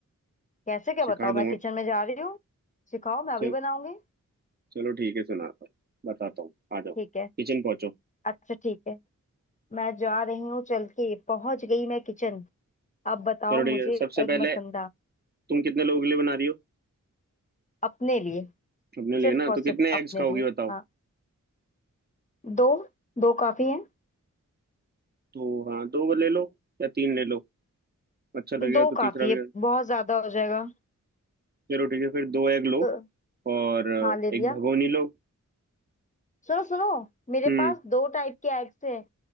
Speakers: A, on the left; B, on the right.
A: कैसे क्या
B: सिखा
A: बताओ मैं
B: दूंगा
A: किचन में जा रही हूँ सिखाओ मैं अभी
B: चल
A: बनाऊंगी
B: चलो ठीक है सुनाता हूँ बताता हूँ आ जाओ
A: ठीक है
B: किचन पहुंचो
A: अच्छा ठीक है मैं जा रही हूँ चल के पहुंच गई मैं किचन अब बताओ
B: चलो ठीक
A: मुझे
B: है सबसे
A: एग
B: पहले
A: मसंदा
B: तुम कितने लोगों के लिए बना रही हो
A: अपने लिए
B: अपने लिए
A: सिर्फ
B: ना
A: और
B: तो
A: सिर्फ
B: कितने
A: अपने
B: एग्स खाओगी
A: लिए
B: बताओ
A: हाँ दो दो काफी है
B: तो हाँ दो ले लो या तीन ले लो अच्छा लगेगा
A: दो
B: तो
A: काफी
B: तीसरा भी
A: है बहुत ज्यादा हो जाएगा
B: चलो ठीक है फिर दो एग लो
A: दो
B: और अ,
A: हाँ ले लिया
B: एक भगोनी लो
A: सुनो सुनो मेरे
B: हम्म
A: पास दो टाइप के एग्स हैं